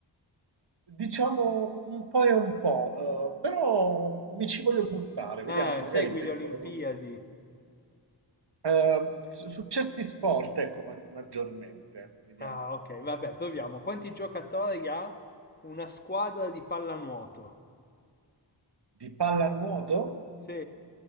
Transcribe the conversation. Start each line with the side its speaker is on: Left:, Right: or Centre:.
Right: Diciamo un po' e un po', eh, però mi ci voglio buttare, vediamo,
Left: Ah,
Right: magari
Left: segui
Right: becco
Left: le Olimpiadi.
Right: la domanda. Eh, su, su certi sport, ecco, ma- maggiormente, vediamo,
Left: Ah, ok,
Right: vediamo
Left: vabbè, proviamo.
Right: se...
Left: Quanti giocatori ha una squadra di pallanuoto?
Right: Di pallanuoto?
Left: Sì,